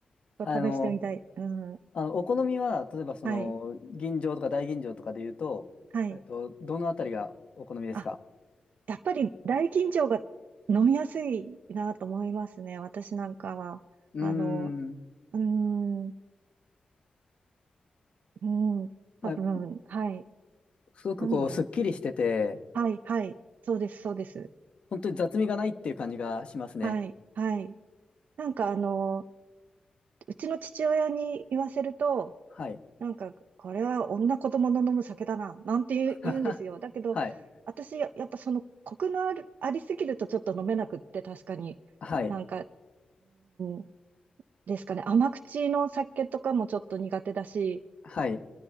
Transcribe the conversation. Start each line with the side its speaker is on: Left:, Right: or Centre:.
Right: ょっと試してみたい。
Left: あの、
Right: うん。
Left: あのお好みは、例えばその、
Right: はい、
Left: 吟醸とか大吟醸とかで言うと、
Right: はい。
Left: えっと、どのあたりがお好みですか
Right: あ、やっぱり大吟醸が飲みやすいなと思いますね。私なんかは。
Left: うー
Right: あの、
Left: ん。
Right: うーん、うん。多分、
Left: まあ
Right: はい。
Left: すごくこう、
Right: なんだろう。
Left: すっきりしてて、
Right: はい、はい。そうです、そうです。
Left: 本当に雑味がないっていう感じがしますね。
Right: はい、はい。なんかあの、うちの父親に言わせると、
Left: はい。
Right: なんか、これは女子供の飲む酒だな、なんて言う、
Left: <laughs>
Right: 言うんですよ。だけど、
Left: はい。
Right: 私、ややっぱその、コクのある、ありすぎるとちょっと飲めなくって、確かに。
Left: はい。
Right: なんか、うーん、ですかね。甘口の酒とかもちょっと苦手だし、
Left: はい。